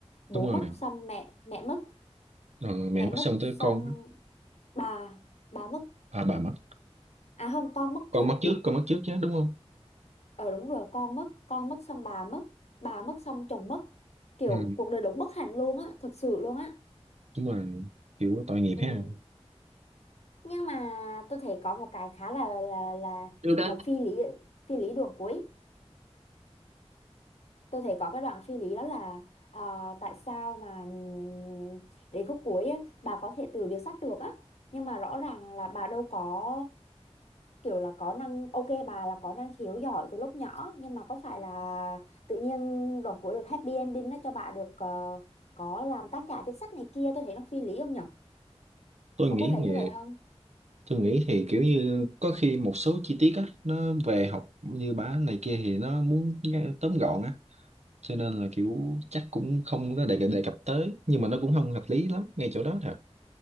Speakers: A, on the left; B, on the right.
A: bố
B: đúng
A: mất
B: rồi
A: xong mẹ mẹ mất,
B: ờ, mẹ
A: mẹ
B: mất
A: mất
B: xong tới
A: xong
B: con á.
A: bà bà mất.
B: à bà mất
A: À không, con mất
B: con
A: trước
B: mất trước
A: nhỉ.
B: con mất trước chứ đúng không
A: Ờ đúng rồi, con mất, con mất xong bà mất, bà mất xong chồng mất. Kiểu
B: ừ,
A: cuộc đời đúng bất hạnh luôn á, thực sự luôn á.
B: đúng rồi kiểu tội nghiệp
A: Ừ.
B: ha
A: Nhưng mà tôi thấy có một cái khá là là là
B: Được đó.
A: là phi lý phi lý đường cuối tôi thấy có cái đoạn phi lý đó là à, tại sao mà ừm, đến khúc cuối ấy, bà có thể từ việc sắt được á nhưng mà rõ ràng là bà đâu có kiểu là có năng ok bà là có năng khiếu giỏi từ lúc nhỏ nhưng mà có phải là tự nhiên đoạn cuối được happy ending nó cho bà được ờ, có làm tác giả viết sách này kia tôi thấy nó phi lý không nhở
B: tôi
A: ông
B: nghĩ
A: có thấy
B: thì
A: như vậy không
B: tôi nghĩ thì kiểu như có khi một số chi tiết á nó về học như bả này kia thì nó muốn nghe- tóm gọn á cho nên là kiểu chắc cũng không có đề, đề cập tới nhưng mà nó cũng không hợp lý lắm ngay chỗ đó thật